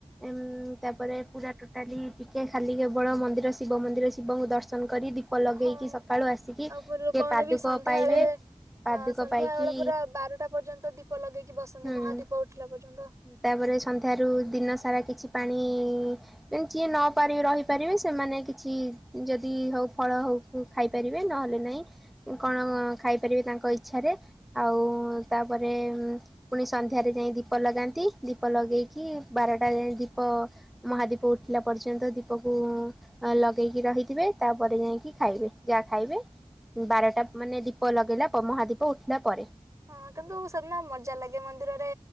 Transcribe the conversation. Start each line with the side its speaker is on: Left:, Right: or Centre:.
Centre: ଉଁ ତାପରେ ପୁରା ଟୋଟାଲି ଟିକେ ଖାଲି କେବଳ ମନ୍ଦିର ଶିବ ମନ୍ଦିର ଶିବଙ୍କୁ ଦର୍ଶନ କରି ଦି ଦିପ ଲଗେଇକି
Right: ହଁ
Centre: ସକାଳୁ ଆସିକି
Right: ଆଉ
Centre: ଟିକେ
Right: ଲୋକମାନେ
Centre: ପାଦୁକ
Right: ବି ସନ୍ଧ୍ୟାବେଳେ
Centre: ପାଇବେ
Right: ହଁ
Centre: ପାଦୁକ
Right: ସନ୍ଧ୍ୟା
Centre: ପାଇକି
Right: ବେଳ ପୁରା ବାରଟା ପର୍ଯ୍ୟନ୍ତ ଦୀପ ଲଗେଇକି ବସନ୍ତି
Centre: ହୁଁ
Right: ମହାଦୀପ ଉଠିଲା ପର୍ଯ୍ୟନ୍ତ।
Centre: ତାପରେ ସନ୍ଧ୍ୟାରୁ ଦିନସାରା କିଛି ପାଣି ଉଁ ଯିଏ ନ ପାର ରହିପାରିବେ ସେମାନେ କିଛି ଯଦି ହଉ ଫଳ ହଉ ଉ ଖାଇପାରିବେ ନହେଲେ ନାହିଁ କଣ ଖାଇପାରିବେ ତାଙ୍କ ଇଚ୍ଛାରେ ଆଉ ତାପରେ ପୁଣି ସନ୍ଧ୍ୟାରେ ଯାଇ ଦୀପ ଲଗାନ୍ତି ଦୀପ ଲଗେଇକି ବାରଟା ଯାଏ ଦୀପ ମହାଦୀପ ଉଠିଲା ପର୍ଯ୍ୟନ୍ତ ଦୀପକୁ ଲଗେଇକି ରହିଥିବେ ତାପରେ ଯାଇଁକି ଖାଇବେ ଯାହା ଖାଇବେ ବାରଟା ମାନେ ଦୀପ ଲଗେଇଲା ମହାଦୀପ ଉଠିଲା ପରେ।
Right: ହଁ କିନ୍ତୁ ସେଦିନ ମଜା ଲାଗେ ମନ୍ଦିରରେ